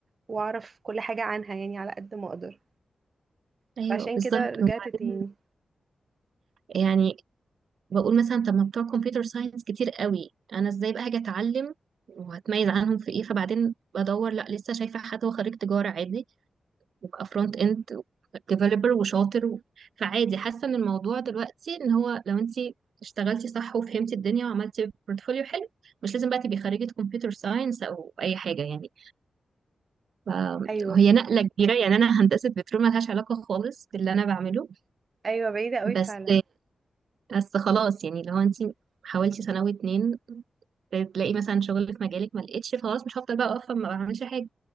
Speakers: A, on the right; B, on the right.
A: واعرف كل حاجه عنها يعني على قد ما اقدر فعشان
B: ايوه بالظبط
A: كده رجعت
B: وبعدين
A: تاني
B: يعني بقول مثلا طب ما بتوع كمبيوتر ساينس كتير قوي انا ازاي بقى هاجي اتعلم وهتميز عنهم في ايه فبعدين بدور لا لسه شايفه حد هو خريج تجاره عادي وابقى فرونت اند ديفلوبر وشاطر و... فعادي حاسه ان الموضوع دلوقتي ان هو لو انت اشتغلتي صح وفهمتي الدنيا وعملتي بورتفوليو حلو مش لازم بقى تبقي خريجه كمبيوتر ساينس او اي حاجه يعني فهي
A: ايوه
B: نقله كبيره يعني انا <laughs> هندسه بترول ملهاش علاقه خالص باللي انا بعمله
A: ايوه بعيده قوي
B: بس
A: فعلا
B: بس خلاص يعني لو انت حاولتي سنه واتنين تلاقي مثلا شغل في مجالك ما لقيتش خلاص مش هفضل بقى واقفه ما بعملش حاجه